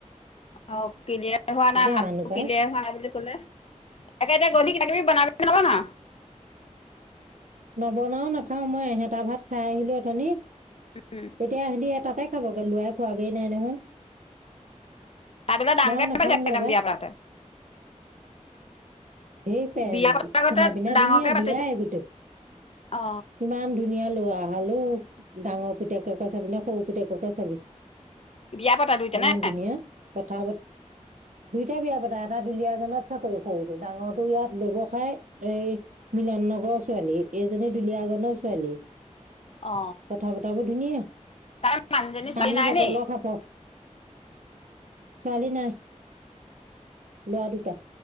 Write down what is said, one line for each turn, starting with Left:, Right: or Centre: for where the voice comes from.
Left: অঁ কিলিয়াৰ হোৱা নাই
Right: জানো
Left: মাতটো
Right: পাই
Left: কিলিয়াৰ হোৱা নাই বুলি কলে। তাকে এতিয়া গৈ পিনে কিবা কিবি বনাবি নে নবনাও।
Right: নবনাও নাখাও, মই এহেটা ভাত খাই আহিলো অথনি।
Left: উম।
Right: এতিয়া সিহঁতি এটাতে খাবগৈ লোৱাই খোৱাগৈ নাই নহয়।
Left: তাত এতিয়া ডাঙকে
Right: মই নাখাওঁগে
Left: পাতিছে একদম
Right: পাই
Left: বিয়া পতাটো।
Right: সেই পে
Left: বিয়া পতা
Right: খানা
Left: আগতে
Right: পিনা
Left: ডাঙৰকে
Right: ধুনীয়া
Left: পাতিছে,
Right: বিয়াই গোটেই
Left: অ।
Right: ইমান ধুনীয়া ল'ৰা হালোও, ডাঙৰ পিতেককে চাবি নে সৰু পিতেককে চাবি।
Left: বিয়া পতা দুইটা
Right: ইমান
Left: নে
Right: ধুনীয়া কথা বত দুইটা বিয়া পতা এটা দুলীয়াজত চাকৰি কৰে, সৰুটো ডাঙৰটো ইয়াত ব্যৱসায় এই মিলন নগৰৰ ছোৱালী, এইজনী দুলীয়াজনৰ ছোৱালী।
Left: অ
Right: কথা বতৰাবোৰ ধুনীয়া,
Left: তাৰ মানুহজনী ছোৱালী
Right: পানী
Left: নাই
Right: বটলৰ
Left: নি
Right: খাব ছোৱালী নাই, ল'ৰা দুটা।